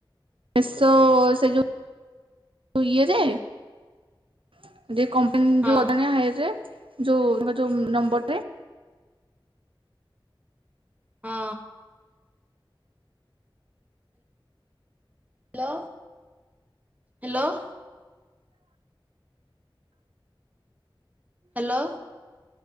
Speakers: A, on the right; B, on the right.
A: ମେସୋ ସେ ଯଉ ଇଏରେ ଟିକେ କମ ଅନ
B: ହଁ
A: ଯୋଉ ଅଦାଣିଆ ହାଇର ରେ ଯୋଉ ତାଙ୍କର ଯୋଉ ନମ୍ବରଟେ
B: ହଁ। Hello hello. ହ୍ୟାଲୋ।